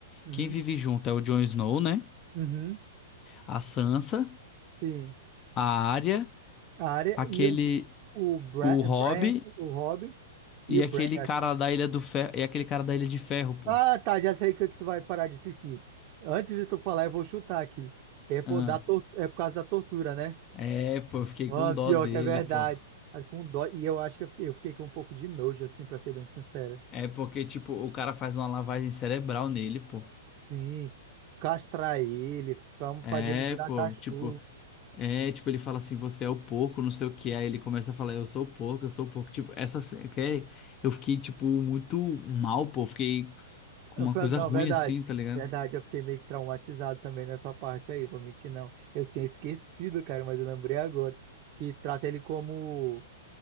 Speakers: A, on the right; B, on the left.
A: Uhum,
B: quem vive junto é o Jon Snow, né?
A: uhum.
B: A Sansa,
A: Sim.
B: a Arya,
A: A área
B: aquele.
A: e os, o Bra,
B: O Robb
A: Bran, o Robin e
B: e
A: o
B: aquele
A: Bran, acho
B: cara
A: que.
B: da Ilha do Ferro. E aquele cara da Ilha de Ferro, pô.
A: Ah, tá, já sei que, que tu vai parar de assistir. Antes de tu falar, eu vou chutar aqui. É por,
B: Ah,
A: da, tor- é por causa da tortura, né?
B: é, pô, eu fiquei
A: Mano,
B: com dó
A: pior
B: dele,
A: que é verdade.
B: pô.
A: Ah, Com dó. E eu acho que eu fiquei, eu fiquei com um pouco de nojo, assim, pra ser bem sincero.
B: É porque, tipo, o cara faz uma lavagem cerebral nele, pô.
A: Sim. Castrar ele, vamos
B: É,
A: fazer ele virar
B: pô,
A: cachorro.
B: tipo. É, tipo, ele fala assim, você é o porco, não sei o que. Aí ele começa a falar, eu sou o porco, eu sou o porco. Tipo, essa cena que é- eu fiquei, tipo, muito mal, pô. Fiquei com
A: Eu
B: uma
A: falei,
B: coisa
A: Não,
B: ruim,
A: verdade.
B: assim, tá ligado?
A: Verdade, eu fiquei meio que traumatizado também nessa parte aí, vou mentir não. Eu tinha esquecido, cara, mas eu lembrei agora que trata ele como,